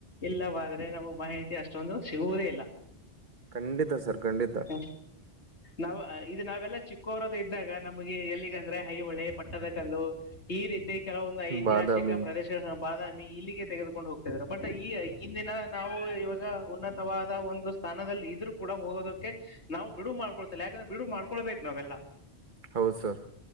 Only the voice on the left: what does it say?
ಇಲ್ಲವಾದ್ರೆ ನಮ್ಗೆ ಮಾಹಿತಿ ಅಷ್ಟೊಂದು ಸಿಗುವುದೇ ಇಲ್ಲ
ಹ ನಾವ ಇದು ನಾವೆಲ್ಲಾ ಚಿಕ್ಕೋರದ ಇದ್ದಾಗ ನಮ್ಗೆ ಎಲ್ಲಿಗಂದ್ರೆ ಒಳ್ಳೆಯ ಪಟ್ಟದ ಕಲ್ಲು ಈ ರೀತಿ ಕೆಲವೊಂದು ಐತಿಹಾಸಿಕ
ಪ್ರದೇಶಗಳ ಬಾದಾಮಿ ಇಲ್ಲಿಗೆ ತೆಗೆದುಕೊಂಡು ಹೋಗ್ತಿದ್ರು ಬಟ್ ಈ ಇಂದಿನ ನಾವು ಇವಾಗ ಉನ್ನತವಾದ ಒಂದು ಸ್ಥಾನದಲ್ಲಿ ಇದ್ಕೂಡ ಹೋಗೋದಕ್ಕೆ ನಾವು ಬಿಡು ಮಾಡ್ಕೊಳ್ತೇಲ್ಲ ಯಾಕಂದ್ರೆ ಬಿಡು ಮಾಡ್ಕೊಳ್ಬೇಕು ನಾವೆಲ್ಲ